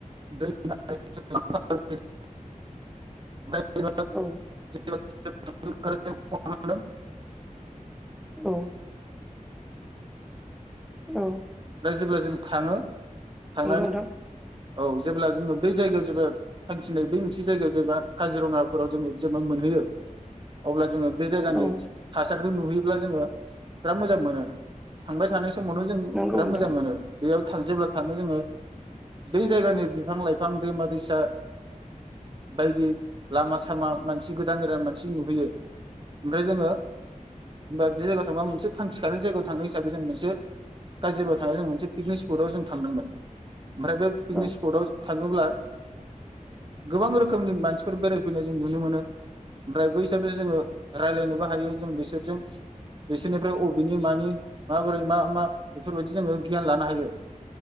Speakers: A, on the right; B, in the centre.
A: दै <unintelligible>
B: औ
A: <unintelligible> <unintelligible> <unintelligible> ओमफ्राय
B: औ औ
A: जेब्ला जों थाङो। थांनानै
B: नंगौ नोंथां
A: औ जेब्ला जोङो बै जाय जायगायाव जोङो थांखिनाय बेै मोनसे जायगायाव जेबा काजिरङाफोराव जोङो जेनबा मोनहैयो अब्ला जोङो बे जायनि
B: औ
A: थासा रखौ नुहैयोब्ला जोङो बिराद मोजां मोनो। थांबाय थानाय समावथ जों
B: नंगौ
A: बिराद मोजां
B: नोंथां
A: मोनो। बेयाव थांजोब्लाथ थाङो जोङो। बै जायगानि बिफां लाइफां दैमा दैसा बायदि लामा सामा मानसि गोदान गोदान मानसि नुहैयो। ओमफ्राय जोङो होमबा बे जायगायाव थांबा मोनसे थांखिखानाय जायगायाव थांनाय हिसाबै जों मोनसे गाज्रिबाव थानाय जों मोनसे पिकनिक थांदोंमोन। ओमफ्राय बे पिकनिक
B: औ
A: स्पटआव थाङोब्ला गोबां रोखोमनि मानसिफोर बेरायफैनाय जों नुनो मोनो। ओमफ्राय बैसोरनो जोङो राज्लायनोबो हायो जों बिसोरजों बिसोरनिफ्राय अबेनि मानि माबोरै मा मा बेफोर बायदि जोङो गियान लानो हायो।